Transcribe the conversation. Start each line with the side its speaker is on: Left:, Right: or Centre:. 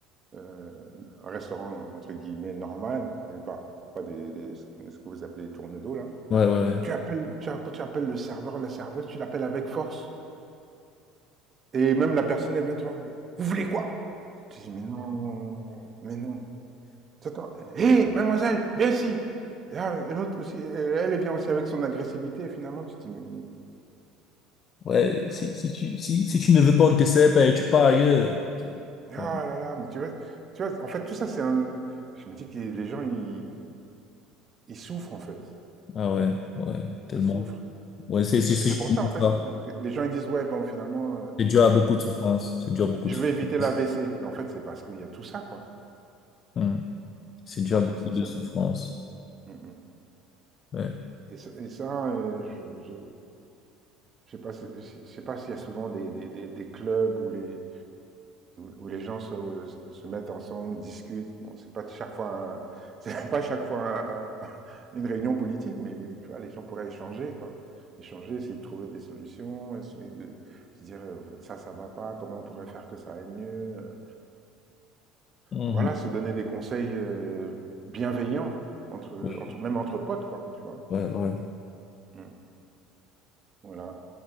Right: euh, un restaurant entre guillemets normal, je ne parle pas des, des- ce que vous appelez les tourne-dos là.
Left: Ouais, ouais, ouais.
Right: Tu appelles, tu as- quand tu appelles le serveur ou la serveuse, tu l'appelles avec force. Et même la personne, elle vient te voir, bon, vous voulez quoi? Tu dis, mais non, mais non. T'entends, hé, mademoiselle, viens ici. Et là, et l'autre aussi, elle, elle vient aussi avec son agressivité, et finalement, tu te dis, mais,
Left: Ouais, Si, si tu, si, si tu ne veux pas, on te sert pas tu pars ailleurs. Tu-
Right: ah
Left: ouais.
Right: là là, mais tu vois, tu vois, en fait, tout ça, c'est un, je me dis que les gens, ils, ils souffrent, en fait.
Left: Ah ouais, ouais, tellement.
Right: Ils souffrent.
Left: Ouais, c'est c'est c'est
Right: Et c'est
Left: justement
Right: pour ça, en fait,
Left: ça.
Right: que les gens ils disent, ouais, bon, finalement, euh,
Left: C'est dû à beaucoup de souffrance. C'est dû à beaucoup
Right: je
Left: de souffrance.
Right: vais éviter la l'AVC. Mais en fait, c'est parce qu'il y a tout ça, quoi.
Left: Mhm. C'est dû
Right: Je pense
Left: à beaucoup
Right: que c'est
Left: de
Right: ça.
Left: souffrance.
Right: Mm, mm.
Left: Ouais.
Right: Et, ça- et ça, euh, je, je, je sais pas, si- si, je sais pas s'il y a souvent des, des, des, des clubs où les, où les gens se, se se mettent ensemble, discutent. Bon, c'est pas chaque fois, un- <laughs> c'est pas chaque fois un- une réunion politique, mais les, tu vois, les gens pourraient échanger, quoi. Échanger, essayer de trouver des solutions, essayer de se dire euh, ça, ça va pas, comment on pourrait faire que ça aille mieux. euh.
Left: Mhm.
Right: Voilà, se donner des conseils, heu, bienveillants entre
Left: Ouais,
Right: entre même entre potes quoi, tu vois?
Left: ouais, ouais.
Right: Mmh. Voilà,